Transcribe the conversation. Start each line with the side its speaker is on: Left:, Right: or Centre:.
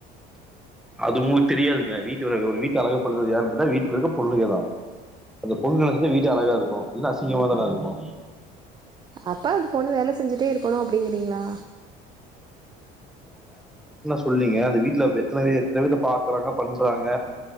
Centre: அது உங்களுக்கு தெரியாதுங்க வீட்டு அழ ஒரு வீட்டை அழகப்படுறது யாருன்ன கேட்டா வீட்டுல இருக்க பொண்ணுகேதான் அந்த பொண்ணு நினச்சது வீட்டு அழகா இருக்கும் இல்லன அசிங் சிங்கமாதானே இருக்கும்
Right: அப்பாக்கு பொண்ணு வேலை செஞ்சுட்டே இருக்கணும் அப்படிங்கிறீங்களா
Centre: சொன்னீங்க அது வீட்ல <inaudible> எத்தன எத்தன வித பாக்குறாங்க பண்றாங்க